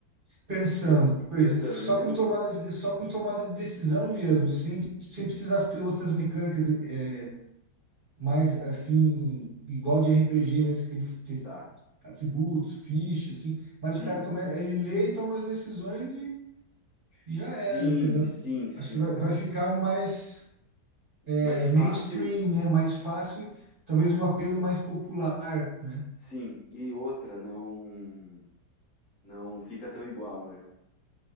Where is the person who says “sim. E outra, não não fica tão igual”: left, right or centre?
Left